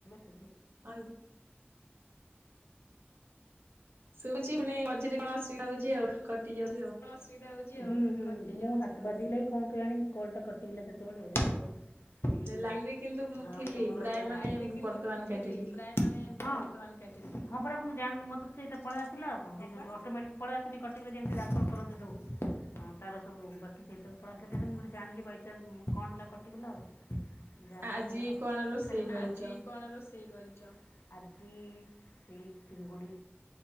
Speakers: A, on the left; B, on the right.
A: କେବେ
B: <inaudible> ଶୁବୁଛି ପୁଣି ମଝିରେ କଣ ଅସୁବିଧା ହଉଛି ଆଉ କଟି ଯାଉଛି ଆଉ।
A: ହୁଁ ହୁଁ ମୋ ହାତ ବାଜି କଣ କେଜାଣି କଲଟା କଟିଗଲା ସେତେବେଳେ ଆଉ। ଠିକ
B: ଲାଇନ
A: ଅଛି
B: ରେ କିନ୍ତୁ ମୁଁ
A: ଆଉ
B: ଥିଲି
A: ତମର
B: ପ୍ରାୟ ମାନେ
A: ଲାଇନକିନ୍ତୁ
B: ବର୍ତ୍ତମାନ
A: ଥିଲି
B: କାଟିଲି।
A: ପ୍ରାୟ ମାନେ ହଁ। ସମାନ କାଟିିଲି। ହଁ ପରା ମୁଁ ଜାଣିନି ମୋତେ। ପଳେଇ ଆସିଲା ଆଉ କଣ ଅଟୋମଟିକ ପଳେଇ ଆସୁନି କଟିକ କଟିକି ଦାଖଲ କରନ୍ତି ଯଉ। ହଁ ତାର ସବୁ ବାକି ସେଇ ତ। <unintelligible> ମୁଁ ଯେମତି ଜାଣିଲି ବାଇ ଚାନ୍ସ କଣ ହେଲା କଟିଗଲା ଆଉ। ଯାହେଲା
B: ଆଜି
A: ହେଲା ଆଉ
B: କଣ ରୋଷେଇ
A: ଦେଖାଯାଉ
B: କରିଛ?
A: ଆଜି କଣ ରୋଷେ ସେଇ କରିଛ। ଆଜି ସେଇ ଚିଙ୍ଗୁଡି।